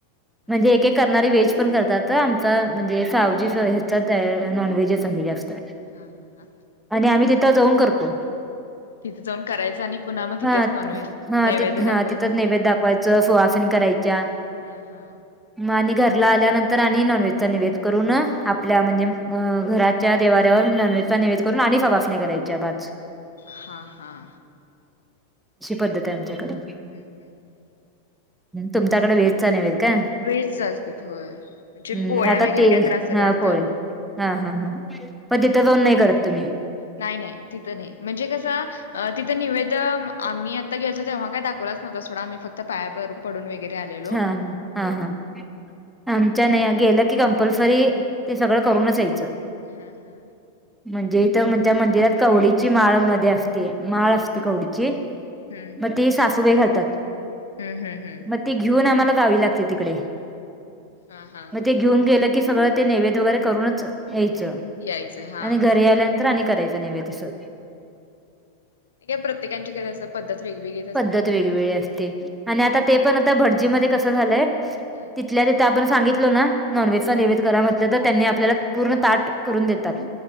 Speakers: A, in the centre; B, on the left.
A: म्हणजे
B: हा
A: एक एक करणारी व्हेज पण करतात आमचा म्हणजे सावजी हचा नॉन व्हेजचा आहेत
B: हा हा हा
A: आणि आम्ही तिथं जाऊन करतो
B: तिथे जाऊन करायचं आणि पुन्हा मग तिथंच
A: हा
B: नॉनव्हेज
A: हा
B: नैवेद्य
A: तिथ
B: दाखवायचा.
A: हा तिथं नैभद दाखवायचं सुहासनी करायच्या
B: हा हा
A: आणि घरला आल्यानंतर आणि नॉनव्हेज चा निवेद करून आपल्या म्हणजे घरात त्या देवाऱ्यावर नॉन व्हेज चा‌ नैवेद्य करून आणि सवाहनी वाडायच्या पाच
B: हां हां
A: अशी पद्धत आहे आमच्याकडे
B: हम् हम् हम्
A: तुमच्याकडे व्हेज चा नैवेद्य काय
B: व्हेज चा असते होय म्हणजे
A: हम्म
B: पोळ्या
A: आता
B: वगैरे
A: ते
B: काहीतर असतात
A: हा
B: वाढतं.
A: पोळे हा हा हा मग तिथं जावुन नाही करत तुम्ही,
B: नाही नाही तिथं नाही म्हणजे कसं तिथं निवेद आम्ही आता गेलो तेव्हा का दावलाच न्हता सोडा आ् फक्त पाया पडुन वगरे आलेो.
A: हा हा हा हा आमच्या नाही गेलं की कंपल्सरी ते सगळं करूनच यायचं.
B: हा हा
A: म्हणजे इथ म्हणच्या मंदिरात कवडीची माळ मध्ये असते माळ असते ते कवडीची
B: हम्म
A: मग तेी सासुबाई घालतात.
B: हम्म हम् हम्!
A: मग ती घेऊन आम्हाला जावी लागते तिकडे.
B: हम हम!
A: मग ते घेऊन गेलं की सगळं ते नैवेद वगैरे करूनच यायचं.
B: यायचं हा
A: आणि
B: हा
A: घरी
B: हा
A: आल्यानंतर आणि करायचं नैवेद्याचं.
B: ते काय प्रत्येकांची <inaudible> असं पद्धत वेगवेगळी
A: पद्धत वेगवेगळी असते आणि आता ते पण आता भटजी मध्ये कसं झालंय
B: हा
A: तिथल्या तिथं आपण सांगितलो ना नॉनव्हेजचा नैवेद करा म्हटलं तर, त्यांनी आपल्याला पूर्ण ताट करून देतात.